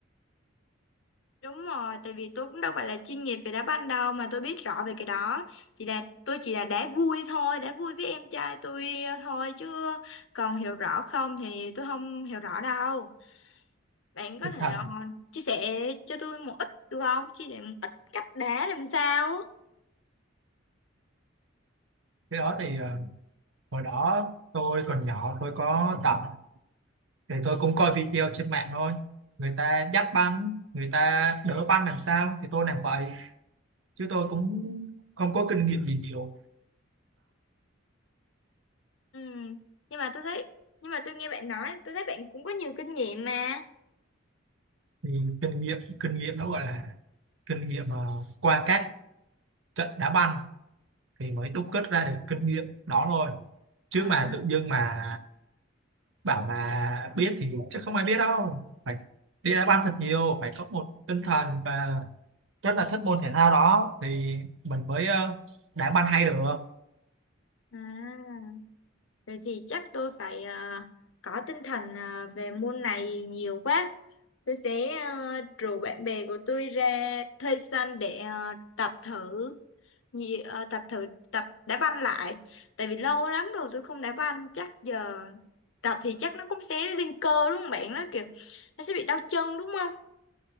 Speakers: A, on the left (about 75°); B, on the right (about 70°).
A: đúng rồi tại vì tôi cũng đâu phải là chuyên nghiệp về đá banh đâu mà tôi biết rõ về cái đó chỉ là tôi chỉ là đá vui thôi đá vui với em trai tôi à, thôi chứ còn hiểu rõ không thì tôi không hiểu rõ đâu bạn có
B: Thực
A: thể
B: Thật,
A: ờ, chia sẻ cho tôi một ít được không chia sẻ một ít cách đá làm sao
B: cái đó thì ờ, hồi đó tôi còn nhỏ tôi có tập thì tôi cũng coi video trên mạng thôi người ta dắt banh người ta đỡ banh làm sao thì tôi làm vậy chứ tôi cũng không có kinh nghiệm gì nhiều
A: Ừ. Nhưng mà tôi thấy nhưng mà tôi nghe bạn nói tôi thấy bạn cũng có nhiều kinh nghiệm mà
B: thì kinh nghiệm kinh nghiệm nó gọi là kinh nghiệm mà qua các trận đá banh thì mới đúc kết ra được kinh nghiệm đó thôi chứ
A: à,
B: mà
A: à.
B: tự dưng mà bảo mà biết thì chắc không ai biết đâu phải đi đá banh thật nhiều phải có một tinh thần và rất là thích môn thể thao đó thì mình mới ờ, đá banh hay được
A: à. Vậy thì chắc tôi phải ờ, có tinh thần ờ, về môn này nhiều quá tôi sẽ ờ, rủ bạn bè của tôi ra thuê sân để ờ, tập thử nhị- ờ, tập thử tập đá banh lại tại vì lâu lắm rồi tôi không đá banh chắc giờ tập thì chắc nó cũng sẽ lên cơ đúng không bạn nó kiểu nó sẽ bị đau chân đúng không